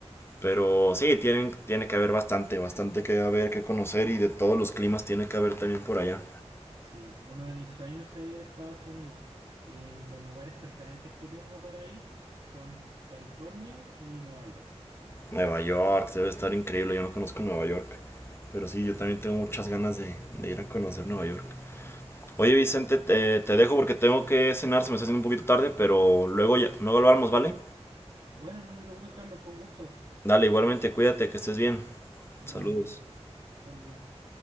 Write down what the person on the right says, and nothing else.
Sí, uno de mis sueños es ir a Estados Unidos y los lugares preferentes que tengo para ir son California y Nueva York.
Sí.
Bueno, no te preocupes, Carlos, fue un gusto.
Bueno,
saludos.